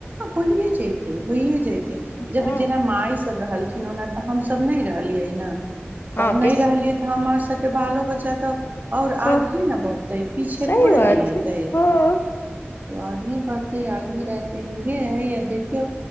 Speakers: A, on the right; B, on the left.
A: होइए जेते होइए जेतै
B: हँ
A: जब जेना माइ सभ रहलखिन ओना तऽ हमसभ नहि रहलियै नय
B: हँ
A: तब
B: किस
A: नहि रहलिय थ हमर स सबके बालो बच्चा तऽ ओर
B: हँ
A: आगहे ने बढ़तै पीछे
B: सही
A: थोड़े
B: बात
A: नहि
B: छै
A: एतैय
B: हँ
A: आगही बढ़तै आगही रहैतै इहे है आ देखियौ